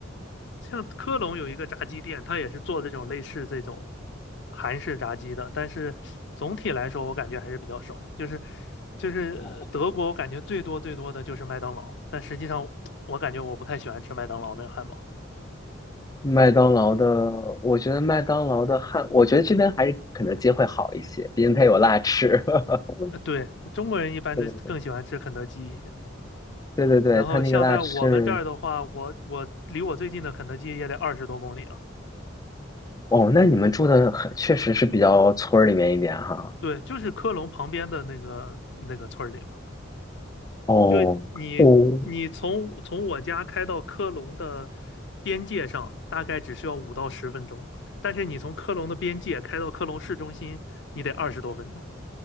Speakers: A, on the left; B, on the left.
A: 像科隆有一个炸鸡店，它也是做这种类似这种韩式炸鸡的，但是总体来说我感觉还是比较少。就是就是呃德国，
B: 嗯 <laughs>
A: 我感觉最多最多的就是麦当劳，但实际上我感觉我不太喜欢吃麦当劳那个汉堡。
B: 麦当劳的，我觉得麦当劳的汉，我觉得这边还是肯德基会好一些，毕竟它有辣翅。<laughs>
A: 呃，对，中国人一般都更喜欢吃肯德基一些。
B: 对对对对对对，
A: 然后像在我们这儿的话，
B: 它那个辣翅，
A: 我我离我最近的肯德基也得二十多公里了。
B: 哦，那你们住的很，确实是比较村儿里面一点哈。
A: 对，就是科隆旁边的那个那个村儿里嘛。
B: 哦，
A: 就你你从从我家开到科隆的
B: 我
A: 边界上，大概只需要五到十分钟，但是你从科隆的边界开到科隆市中心，你得二十多分钟。